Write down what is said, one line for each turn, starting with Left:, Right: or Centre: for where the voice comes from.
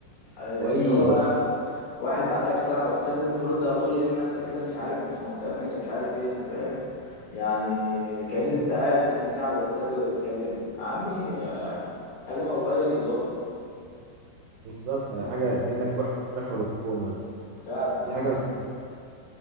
Left: آه،
Right: واي
Left: اللي هو بقى واحد بعت لك رسالة على الواتساب لازم ترد على طول يا اما انت كده مش عارف مش مهتم انت مش عارف ايه انت فاهم يعني كأن
Right: مم.
Left: انت قاعد مستنيه على الواتساب تكلمه يا عمي حاجة والله يبدو
Right: بالظبط يعني حاجه كانك محور محور الكون مثلا
Left: فعلا فعلا
Right: دي حاجه مش حلوة.